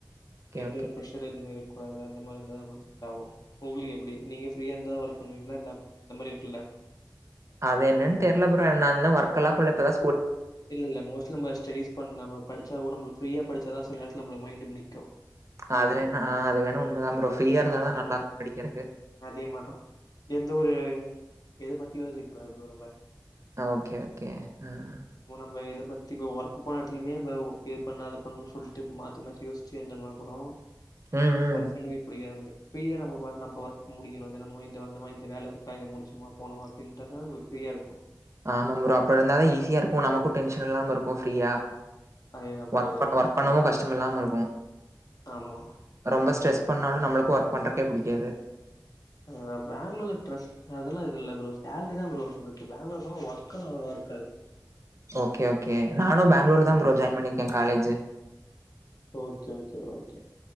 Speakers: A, on the left; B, on the right.
A: எந்த
B: ஓகே.
A: ஒரு ப்ரெஷர் எதுமே இரு கூடாது அந்த மாரி இருந்தா நமக்கு செட் ஆகு உங்களுக்கு எப்படி நீங்க ஃப்ரீயா இருந்தா ஒர்க் பண்ணுவீங்ளா இல்ல இந்த மாரி இருக்குல்ல
B: அது என்னனு
A: ம்.
B: தெர்ல ப்ரோ நா இன்னு வொர்க்கெல்லா புள்ள இப்பதா
A: இல்ல இல்ல மோஸ்ட்லி நம்ம ஸ்டடீஸ் பண்ண நம்ம படிச் ஆகணு நம்மல பிரீயா படிச் தா சில நேரத்துல நம்மல மைண்டு நிக்கு
B: அது வேணா ஆஹ் அது வேணா உண்மதான் ப்ரோ ஃப்ரீயா
A: அதே
B: இருந்தாதா
A: மாரி தான்
B: நல்லா
A: ப்ரோ.
B: இருக்கு படிக்கிறதுக்கு
A: அதே மாரி தான். எந்த ஒரு எத பத்தியும் யோசிக்கக்கூடாது ப்ரோ நம்ம.
B: ஆஹ் ஓகே ஓகே ஆஹ்
A: இப்போ நம்ம இத பத்தி இப்ப ஒர்க் போன இடத்திலுமே நம்ம இது பண்ணாத பண்ணுனு சொல்ட்டு மாத்தி மாத்தி யோசிச்சு இருந்தம்னா கூடோ
B: ம், ம்.
A: ஒர்க் பண்ணவே புடிக்காது நமக்கு ஃப்ரீயா நம்மபாட்டுனு நம்ம ஒர்க் முடிக்கணு தினமும் இந்த வந்தமா இந்த வேல இருக்கா இத முடிச்சமா போனமா அப்படி இந்தாதா நம்மளுக்கு ப்ரீயா இருக்கு
B: ஆமாம் ப்ரோ அப்படி இருந்தாதா ஈஸியா இருக்கு நமக்கு டென்ஷன் இல்லாம இருக்கு ஃப்ரீயா
A: அதேதான் ப்ரோ
B: ஒர்க
A: அதேதான்
B: ஒர்க் பண்ணவு கஷ்டம் இல்லாம இருக்கு
A: ஆமா
B: ரொம்ப ஸ்ட்ரெஸ் பண்ணாலும் நம்மளுக்கு ஒர்க் பண்றகே புடிக்காது
A: அதான் பெங்களூர்ல ட்ரஸ்ட் அதெல்லா எது இல்ல ப்ரோ சேலரிதான் ப்ரோ நம்ளுக்கு இப்ப பேங்களூர் போனா ஒர்க் நல்லா அவ்ளவா இருக்காது
B: ஓகே ஓகே நானும் பெங்களூர்வதான் ப்ரோ ஜாயின் பண்ணிருக்கேன் college
A: okay okay bro okay